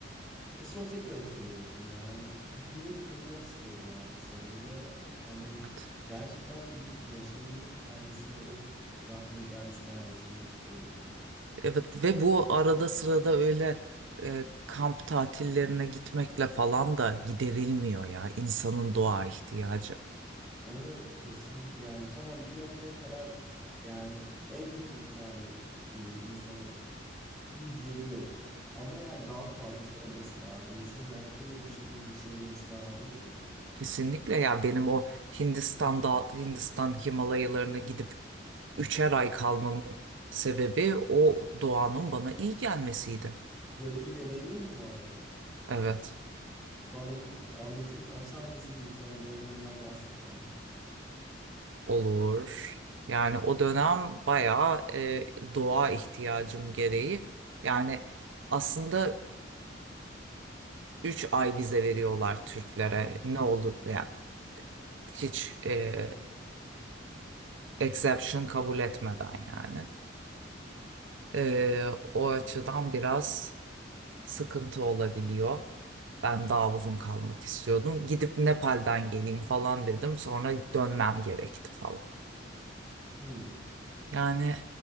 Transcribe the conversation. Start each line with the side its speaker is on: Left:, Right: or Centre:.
Centre: Ve sonra tekrar hatırlıyorsun yani. Bunu kırmak istiyorum artık sanırım ve hani
Right: Evet.
Centre: gerçekten bir yaşamımın kendisine o rahmin kendisine yerleştirmek istiyorum sanırım.
Right: Evet ve bu arada sırada öyle e, kamp tatillerine gitmekle falan da giderilmiyor ya insanın doğa ihtiyacı.
Centre: Evet kesinlikle yani tamam bir noktaya kadar yani en kötü ihtimalle e, insana iyi geliyor. Ama yani daha fazlası olması lazım. İnsan hayatını da bu şekilde geçirilmesi lazım sanırım ya.
Right: Kesinlikle ya benim o Hindistan'da
Centre: <laughs>
Right: Hindistan Himalayalarına gidip üçer ay kalmamın sebebi o doğanın bana iyi gelmesiydi.
Centre: Böyle bir deneyimin mi vardı?
Right: Evet.
Centre: Bana bunu anlatır, açar mısın lütfen o dönemlerinden bahset bana.
Right: Olur. Yani o dönem bayağı e, doğa ihtiyacım gereği. Yani aslında 3 ay vize veriyorlar Türklere.
Centre: <laughs>
Right: Ne oldu? Yani hiç e, exception kabul etmeden yani. E, o açıdan biraz sıkıntı olabiliyor. Ben daha uzun kalmak istiyordum. Gidip Nepal'den geleyim falan dedim. Sonra dönmem gerekti falan.
Centre: Hmm.
Right: Yani